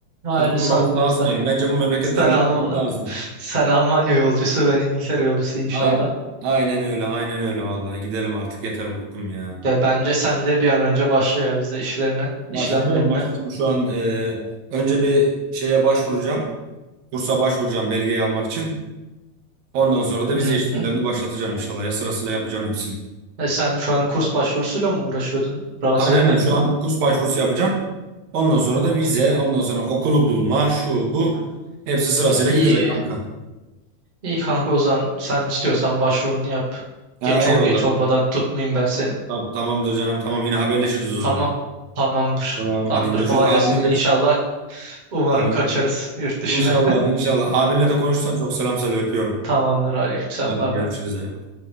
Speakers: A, on the right; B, on the right.
A: hayırlısı
B: Kurtulmamız
A: hakkımızda.
B: lazım yani. Bence bu memleketten
A: Sen
B: gitmemiz
A: Alman
B: lazım.
A: <laughs> sen Almanya yolcusu ben İngiltere yolcusu inşallah.
B: Aynen. Aynen öyle aynen öyle vallahi gidelim artık yeter bıktım ya.
A: Ya bence sen de bir an önce başla ya bize işlerine,
B: Başlayacağım
A: işlemlerine.
B: başlayacağım şu an e, önce bir şeye başvuracağım. Kursa başvuracağım belgeyi almak için. Ondan sonra
A: Hı
B: da vize işlemlerini
A: hı.
B: başlatacağım inşallah. Ya sırasıyla yapacağım hepsini.
A: E sen şu an kurs başvurusuyla mı uğraşıyordun? Rahatsız
B: Aynen
A: etmedin
B: aynen şu
A: değil
B: an
A: mi?
B: kurs başvurusu yapacağım. Ondan sonra da vize, ondan sonra okulu bulma, şu bu. Hepsi sırasıyla
A: İyi,
B: gidecek kanka.
A: iyi kanka o zaman sen istiyorsan başvurunu yap.
B: Ha,
A: Ge çok
B: eyvallah.
A: geç olmadan tutmayayım ben seni.
B: Tamam, tamamdır canım tamam yine haberleşiriz o
A: Tamam,
B: zaman.
A: tamamdır.
B: Tamam
A: Tamamdır
B: hadi görüşürüz.
A: kolay
B: Abine
A: gelsin. İnşallah
B: de
A: umarım
B: tamam.
A: kaçarız yurt dışına.
B: İnşallah inşallah. Abinle de konuşsan çok selam söyle öpüyorum.
A: <laughs> Tamamdır aleykümselam
B: Hadi
A: bay
B: görüşürüz
A: bay.
B: eyvallah.